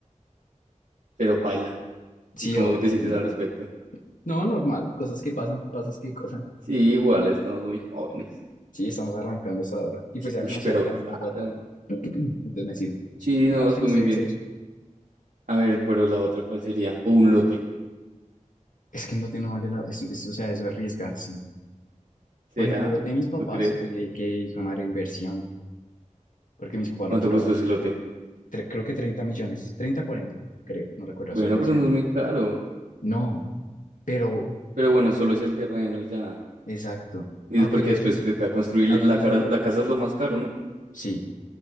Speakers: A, on the right; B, on the left.
A: Pero paila.
B: Sí,
A: ¿Y cómo
B: obvio,
A: te
B: terminé
A: sientes al
B: acá.
A: respecto?
B: No, normal, cosas que pasan, pasos que pasan.
A: Sí, igual estamos muy jóvenes.
B: Sí, estamos arrancando hasta ahora. Y pues ya
A: Uy,
B: como sea,
A: pero
B: traje
A: claro.
B: una plata allá. <clears throat> Entonces me sirve.
A: Sí,
B: Digamos
A: no, estuvo
B: que no estoy
A: muy bien.
B: en ceros.
A: A ver, pero la otra, ¿cuál sería? O un lote.
B: Es que no te no vale la... Es, es- o sea, eso es arriesgarse.
A: ¿Será?
B: Por ejemplo, lo de mis papás
A: ¿Tú crees?
B: fue que hijo de madre inversión. Porque mis papás
A: ¿Cuánto
B: lo compraron
A: costó ese
B: en,
A: lote?
B: tre- creo que 30 millones. treinta 40 creo. No recuerdo,
A: Bueno,
B: eso fue
A: pero
B: hace
A: no
B: años.
A: es muy caro.
B: No, pero,
A: Pero bueno, solo es el terreno y ya.
B: exacto.
A: Y
B: Aunque
A: es porque después
B: ellos...
A: te toca construir
B: A ellos
A: la
B: les
A: cara,
B: ofrecieron.
A: la casa es lo más caro, ¿no?
B: Sí,